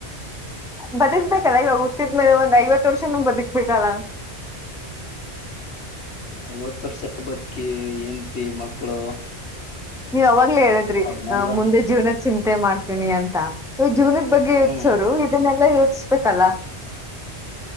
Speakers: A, in the centre; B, on the left (about 75°).
A: ಬದುಕಬೇಕ್ ಅಲ್ಲ ಇವಾಗ ಹುಟ್ಟಿದ್ಮೇಲೆ ಒಂದ್ ಐವತ್ತು ವರ್ಷನು ಬದುಕಬೇಕ್ ಅಲ್ಲಾ
B: ಐವತ್ತು ವರ್ಷ ಬದುಕಿ ಹೆಂಡತಿ ಮಕ್ಕಳು
A: ನೀವು ಅವಾಗ ಹೇಳದ್ರಿ
B: ಅವ್ರನೆಲ್ಲ
A: ಮುಂದೆ ಜೀವನ ಚಿಂತೆ ಮಾಡ್ತೀನಿ ಅಂತ ಜೀವನದ ಬಗ್ಗೆ ಯೋಚಸೂರು
B: ಹ್ಮ್
A: ಇದನ ಎಲ್ಲಾ ಯೋಚಿಸಬೇಕ್ ಅಲ್ಲಾ